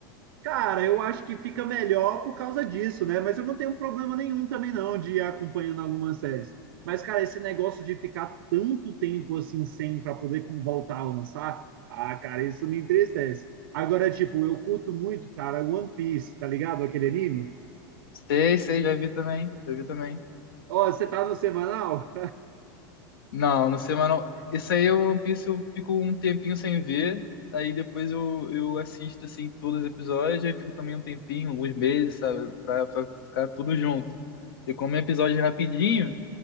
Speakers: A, on the right; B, on the left.
A: Cara, eu acho que fica melhor por causa disso, né? Mas eu não tenho problema nenhum também não de ir acompanhando algumas séries. Mas, cara, esse negócio de ficar tanto tempo assim sem para poder com- voltar a lançar, ah, cara, isso me entristece. Agora, tipo, eu curto muito, cara, One Piece, tá ligado? Aquele anime.
B: Sei, sei, já vi também, já vi também.
A: Ó, você tá no semanal?
B: Não, no semanal. Isso aí é o One Piece, eu fico um tempinho sem ver, aí depois eu, eu assisto, assim, todos os episódios, aí fico também um tempinho, alguns meses, sabe, pra, pra ficar tudo junto. E como é episódio rapidinho,